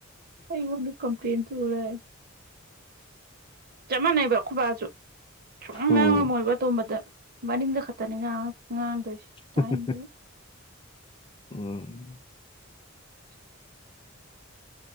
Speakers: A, on the right (about 45°); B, on the left (about 25°).
A: ꯑꯩꯉꯣꯟꯗ ꯀꯝꯄ꯭ꯂꯦꯟ ꯇꯧ ꯂꯦ ꯆꯞ ꯃꯥꯟꯅꯩꯕ ꯑꯈꯣꯏꯕꯖꯨ ꯁꯨꯉꯥꯡ ꯉꯥꯡꯉꯝꯃꯣꯏꯕ
B: ꯎꯝ
A: ꯑꯇꯣꯝꯕꯗ ꯃꯅꯤꯡꯗ ꯈꯠꯇꯅꯤ ꯉꯥꯡ ꯉꯥꯡꯗꯣꯏꯁꯦ ꯇꯥꯅꯤꯡꯗꯕ
B: ꯍꯥ ꯍꯥ ꯍꯥ ꯎꯝ
A: <inaudible>